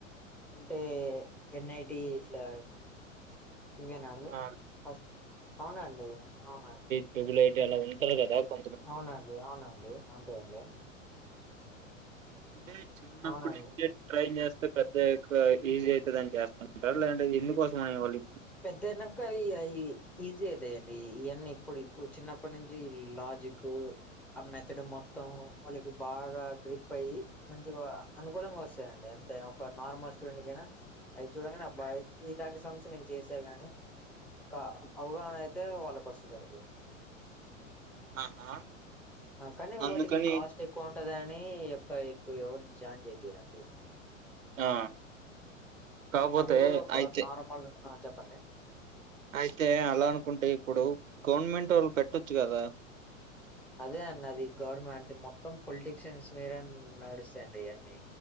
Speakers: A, in the centre; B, on the right.
A: అంటే ఎన్ఐటి ఇట్లా ఇవేనండి
B: ఆ
A: ఫస్ట్ అవునండి అవునండి
B: ట్యూబ్ లైట్ అలా ఉంటాటే కదా కొ
A: అవునండి అవునండి ఉంటాయండి
B: అంటే చిన్నప్పటి
A: అవునండి
B: నుంచే ట్రైన్ చేస్తే పెద్దయ్యాక ఈజీ అయితది చేస్తుంటారు లేదంటే ఎందుకోసమని వాళ్లు
A: పెద్దయినంక ఈయ ఈ ఈజీ అయితాయిండి ఈయన్ని ఇప్పుడు ఇప్పుడు చిన్నప్పటి నుంచి లాజిక్ ఆ మెథడ్ మొత్తం వాళ్ళకి బాగా గ్రిప్ అయి మంచిగా అనుకూలంగా వస్తాయండి అంతేనా ఒక నార్మల్ స్టూడెంట్ కైనా అయి చూడంగానే అబ్బా ఈ ఇట్లాంటి సమ్స్ ని చేసా గాని ఒక అవగాహన అయితే వాళ్ళకు వస్తదండి
B: ఆహా
A: అ కానీ
B: అందుకని
A: వాటికి కాస్ట్ ఎక్కువ ఉంటదని యొక్క ఎక్కువ ఎవరు జాన్ చేపియ్యరండి
B: ఆ కాకపోతే
A: అది కూడా ఒక
B: అయితే
A: నార్మల్ ఆ చెప్పండి
B: అయితే అలా అనుకుంటే ఇప్పుడు గవర్నమెంట్ ఒళ్ళు పెట్టొచ్చు కదా
A: అదే అండి అది గవర్నమెంట్ మొత్తం పొలిటిషియన్స్ మీద నడుస్తాయండి ఇవన్నీ